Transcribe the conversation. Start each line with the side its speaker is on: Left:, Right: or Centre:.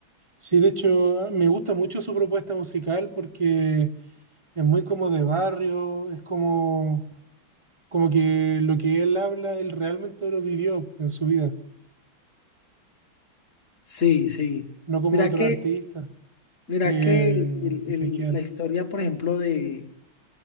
Right: Sí, de hecho, me gusta mucho su propuesta musical porque es muy como de barrio, es como, como que lo que él habla, él realmente lo vivió en su vida,
Left: Sí, sí.
Right: no como
Left: Mira
Right: otros
Left: que,
Right: artistas
Left: mira
Right: que,
Left: que el-
Right: que
Left: el-
Right: fakean.
Left: la historia, por ejemplo, de,